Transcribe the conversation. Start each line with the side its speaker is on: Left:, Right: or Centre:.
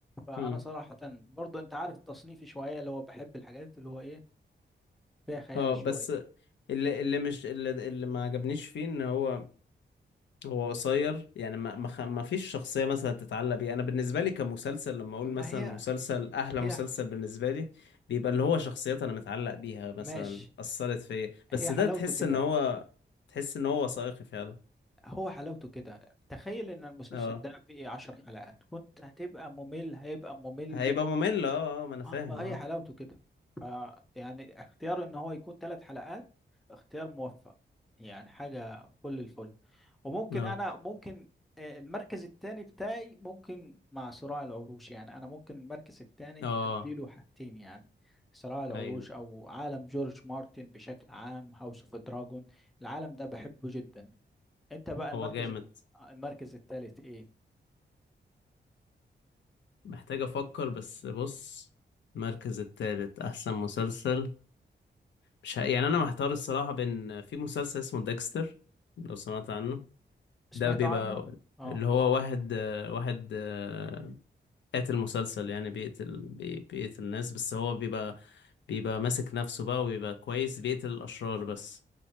Centre: فأنا
Left: امم
Centre: صراحة برضو أنت عارف تصنيفي شوية اللي هو بحب الحاجات اللي هو إيه فيها خيال
Left: اه
Centre: شوية
Left: بس اللي اللي مش اللي, اللي ما عجبنيش فيه ان هو هو قصير يعني ما ما, خ- ما فيش شخصية مثلا تتعلق بيها انا بالنسبة لي كمسلسل لما اقول
Centre: ما
Left: مثلا
Centre: هي
Left: مسلسل احلى
Centre: هي
Left: مسلسل بالنسبة لي بيبقى اللي هو شخصيات انا متعلق بيها مثلا
Centre: ماشي
Left: اثرت فيا
Centre: هي
Left: بس
Centre: حلاوته
Left: ده تحس
Centre: كده
Left: ان هو تحس ان هو وثائقي فعلا
Centre: هو حلاوته كده تخيل ان المسلسل
Left: اه
Centre: ده بقي عشر حلقات كنت هتبقى ممل هيبقى ممل
Left: هيبقى
Centre: جدا
Left: ممل اه اه ما انا فاهم
Centre: آه، ما هي
Left: اه
Centre: حلاوته كده ف يعني اختيار ان هو يكون ثلاث حلقات اختيار موفق يعني حاجة فل الفل وممكن
Left: اه
Centre: انا ممكن آه، المركز الثاني بتاعي ممكن مع صراع العروش يعني انا ممكن المركز الثاني
Left: اه
Centre: اديله حاجتين يعني صراع العروش
Left: ايوه
Centre: او عالم جورج مارتن بشكل عام هاوس اوف دراجون العالم ده بحبه جدا انت بقى المركز
Left: هو جامد
Centre: الت- المركز الثالث ايه
Left: محتاج افكر بس بص المركز التالت احسن مسلسل مش ه... يعني انا محتار الصراحه بين في مسلسل اسمه ديكستر لو سمعت عنه
Centre: سمعت
Left: ده بيبقى
Centre: عنه اه
Left: اللي هو واحد آه، واحد آه، قاتل مسلسل يعني بيقتل بي... بيقتل ناس بس هو بيبقى بيبقى ماسك نفسه بقى وبيبقى كويس بيقتل الاشرار بس